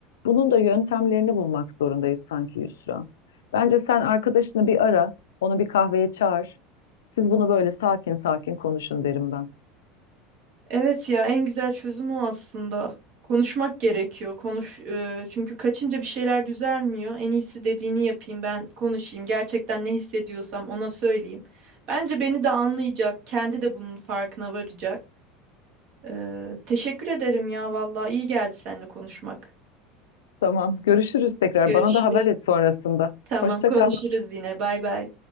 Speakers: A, on the left; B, on the right.
A: bunun da yöntemlerini bulmak zorundayız sanki Yusra. Bence sen arkadaşını bir ara, onu bir kahveye çağır. Siz bunu böyle sakin sakin konuşun derim ben.
B: Evet ya en güzel çözüm o aslında. Konuşmak gerekiyor. Konuş e, çünkü kaçınca bir şeyler düzelmiyor. En iyisi dediğini yapayım ben konuşayım. Gerçekten ne hissediyorsam ona söyleyeyim. Bence beni de anlayacak. Kendi de bunun farkına varacak. Ee, teşekkür ederim ya vallahi iyi geldi seninle konuşmak.
A: Tamam, görüşürüz tekrar.
B: Görüşürüz.
A: Bana da haber et sonrasında.
B: Tamam
A: Hoşça
B: konuşuruz
A: kal.
B: yine. Bay bay.